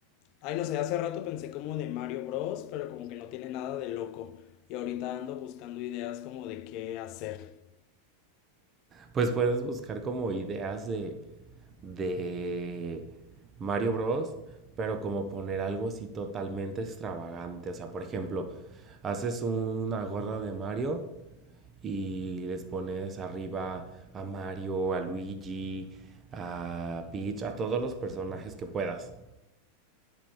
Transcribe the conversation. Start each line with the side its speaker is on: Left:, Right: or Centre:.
Left: Ay, no sé, hace rato pensé como de Mario Bros, pero como que no tiene nada de loco. Y ahorita ando buscando ideas como de qué hacer.
Right: Pues puedes buscar como ideas de, de Mario Bros, pero como poner algo así totalmente extravagante. O sea, por ejemplo, haces una gorra de Mario y les pones arriba a Mario, a Luigi, a Peach, a todos los personajes que puedas.